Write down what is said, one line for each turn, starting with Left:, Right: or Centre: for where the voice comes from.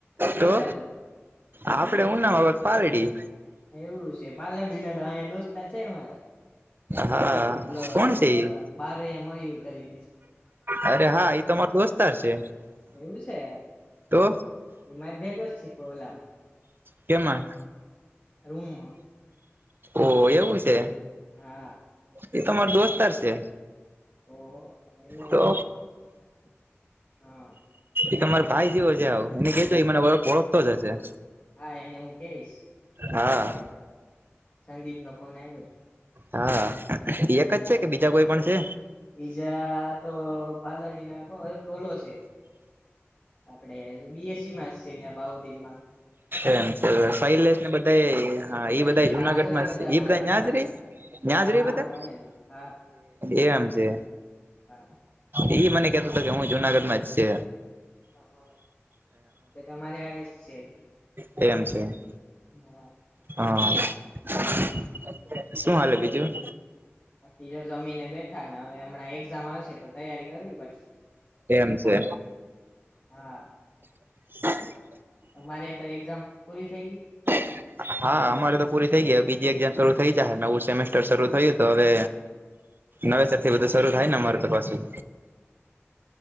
Left: કઈ
Right: તો
Left: બાજુ
Right: આપડે ઉના બાબત પારેડી
Left: એવું છે પાર્લર ના તો અ દોસ્તાર છે મારા
Right: હા
Left: હેલો
Right: કોણ છે ઈ
Left: બાર અમાંય કરીને
Right: અરે હા એ તમાર દસ્તાર છે
Left: એવું છે
Right: તો
Left: એમાં જ ભેગો જ શીખ ઓલામાં
Right: કેમાં
Left: રૂમમાં
Right: ઓ એવું છે
Left: હા
Right: એ તમાર દોસ્તાર છે
Left: તો એને
Right: તો
Left: હા
Right: એકમારો ભાઈ જેવો છે આવ એને કેજ મને વળખ ઓળખતો જ હશે
Left: હા એને હું કેઈશ
Right: હા
Left: કે સંદીપ નો ફોન આવ્યો હતો
Right: હા એક જ છે કે બીજા કોઈ પણ છે
Left: બીજા તો પાલડી ના કોણ એક ઓલો છે આપડે બીએસસીમાં છે ને બાવ દિનમાં
Right: એમ છે શૈલેષ ને બધા હા
Left: શૈલેષ
Right: એ બધા જુનાગઢમાં
Left: હા જો
Right: છે, એ
Left: મારા
Right: બધા
Left: રૂમમાં
Right: અયાં જ રેય
Left: છે
Right: ન્યાજ
Left: હા
Right: રેર
Left: હા
Right: બધા
Left: હું અહીંયા જ હા
Right: એ એમ છે.
Left: હા.
Right: એઈ મને કેતો હતો કે હું જુનાગઢમાં જ છે.
Left: હ હ પછી અમારે આરે છે.
Right: છે એમ છે.
Left: હા.
Right: હા. શું હાલે બીજું.
Left: બાકી જો જમીને બેઠા ને હવે હમણાં એક્ઝામ આવશે તો તૈયારી કરવી પડશે
Right: એમ છે.
Left: હા.
Right: <inaudible>
Left: તમારે તો એક્ઝામ પૂરી થઈ ગઈ
Right: <inaudible> હા અમારે તો પૂરી થઈ ગઈ હવે બીજી એક્ઝામ શરૂ થઈ જાય હે નવું સેમેસ્ટર શરૂ થયું તો હવે નવેસરથી બધું શરૂ થાય ને અમારે તો પાછું